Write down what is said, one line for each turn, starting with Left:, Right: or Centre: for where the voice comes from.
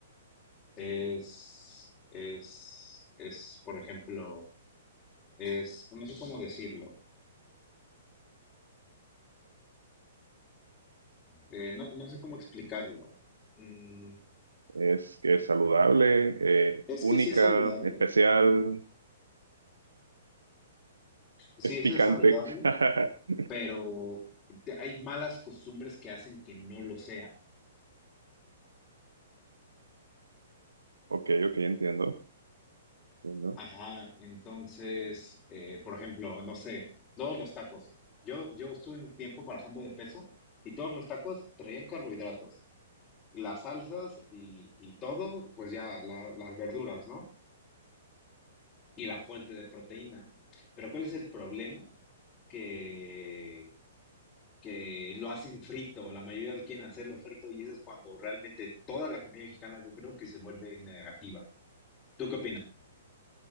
Left: es, es, es, por ejemplo, es, no sé cómo decirlo, eh, no, no sé cómo explicarlo. Mm,
Right: Es que es saludable, eh,
Left: Es
Right: única,
Left: que sí es saludable.
Right: especial,
Left: sí,
Right: es
Left: eso
Right: picante.
Left: es saludable,
Right: <laughs>
Left: pero te- hay malas costumbres que hacen que no lo sea.
Right: Ok, ok, entiendo. entiendo.
Left: Ajá, entonces, eh, por ejemplo, no sé, todos los tacos. Yo, yo estuve un tiempo bajando de peso y todos los tacos traían carbohidratos. Las salsas y, y todo, pues ya la- las verduras, ¿no? Y la fuente de proteína. Pero ¿cuál es el problema? Que, que lo hacen frito, la mayoría lo quieren hacerlo frito y eso es cuando realmente toda la comida mexicana yo creo que se vuelve negativa. ¿Tú qué opinas?